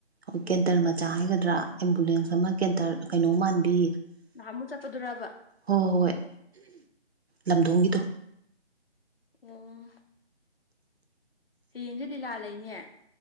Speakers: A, on the right; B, on the left.
A: ꯑꯩꯈꯣꯏ ꯀꯦꯟꯇꯔ ꯃꯆꯥ ꯍꯥꯏꯒꯗ꯭ꯔꯥ ꯑꯦꯝꯕꯨꯂꯦꯟꯁ ꯑꯃ ꯀꯦꯟꯇꯔ ꯀꯩꯅꯣ ꯃꯥꯟꯕꯤ
B: ꯅꯍꯥꯃꯨꯛ ꯆꯠꯄꯗꯨꯔꯥꯕ
A: ꯍꯣꯏ ꯍꯣ ꯍꯣꯏ ꯂꯝꯗꯣꯡꯒꯤꯗꯣ
B: ꯑꯣ ꯍꯌꯦꯡꯖꯦ ꯂꯤꯂꯥ ꯂꯩꯅꯦ